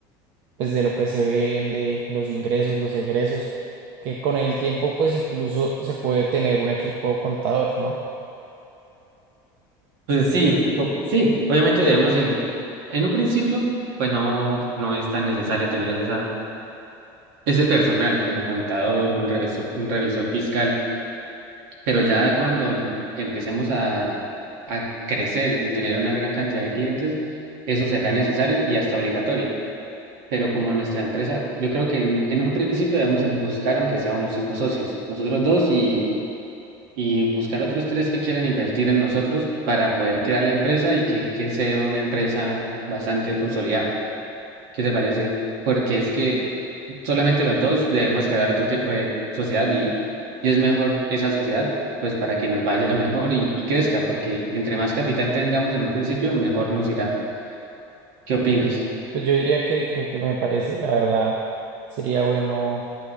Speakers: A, on the right; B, on the right.
A: pues de lo que se vende, los ingresos, los egresos, que con el tiempo pues incluso se puede tener un equipo contador, ¿no?
B: Pues sí, digo, sí, obviamente debemos en, en un principio, pues no, no es tan necesario tener esa, ese personal como contador, un revisor, un revisor fiscal Pero ya cuando em- empecemos a, a crecer y tener una gran cantidad de clientes, eso será necesario y hasta obligatorio. Pero como nuestra empresa, yo creo que en, en un principio debemos en buscar, aunque sea unos cinco socios, nosotros dos y, y buscar otros tres que quieran invertir en nosotros para poder crear la empresa y que, que sea una empresa bastante consolidada. ¿Qué te parece? Porque es que solamente los dos debemos crear otro tipo de sociedad y, y es mejor esa sociedad, pues para que nos vaya mejor y, y crezca, porque entre más capital tengamos en un principio, mejor nos irá. ¿Qué opinas?
A: Sí. Pues yo diría que, que, que me parece, la verdad, sería bueno